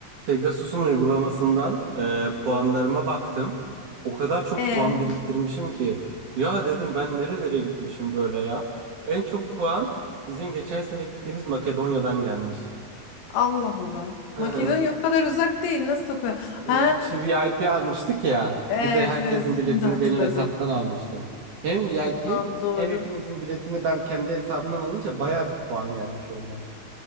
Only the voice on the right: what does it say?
Pegasus'un uygulamasından e, puanlarıma baktım. O kadar çok
puan biriktirmişim ki ya dedim ben nerelere gitmişim böyle ya. En çok puan bizim geçen sene gittiğimiz Makedonya'dan gelmiş.
Hı
hı.
E,
İşte VIP almıştık ya.
Bir de herkesin
biletini
benim hesaptan almıştım. Hem VIP
hem hepinizin biletini ben kendi hesabımdan alınca bayağı bir puan gelmiş oradan.